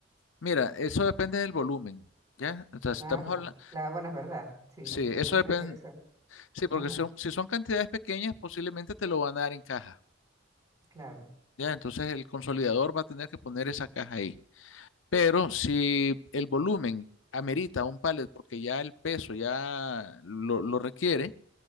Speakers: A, on the left; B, on the right.
A: Mira, eso depende del volumen, ¿ya? O si
B: Ah,
A: estamos
B: ya.
A: hablando,
B: Claro, bueno, es verdad. Sí,
A: sí,
B: porque
A: eso
B: imagínate,
A: depende,
B: o sea,
A: sí, porque
B: ajá,
A: son, si son cantidades pequeñas, posiblemente te lo van a dar en caja,
B: claro.
A: ¿ya? Entonces el consolidador va a tener que poner esa caja ahí. Pero si el volumen amerita un pallet porque ya el peso ya lo, lo requiere,